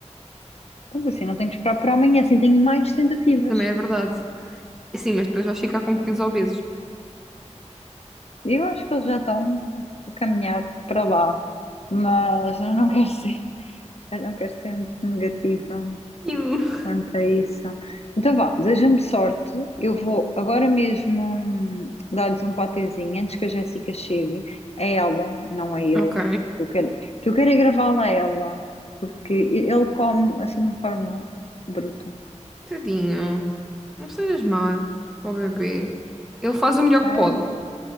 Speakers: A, on the left; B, in the centre.
A: Mas assim, não tenho que esperar para amanhã, assim tenho mais tentativas.
B: Também é verdade. Sim, mas depois vais ficar com 15 obesos.
A: Eu acho que eles já estão a caminhar para lá, mas eu não quero ser, eu não quero ser muito negativa.
B: Coitadinho.
A: Quanto a isso. Então vá, deseja-me sorte. Eu vou agora mesmo hum, dar-lhes um patezinho antes que a Jéssica chegue. É ela, não é eu.
B: Ok.
A: Eu quero, que eu quero é gravá-la a ela, porque ele come assim de uma forma bruta.
B: Tadinho. Não sejas má para o bebê. Ele faz o melhor
A: É,
B: que pode.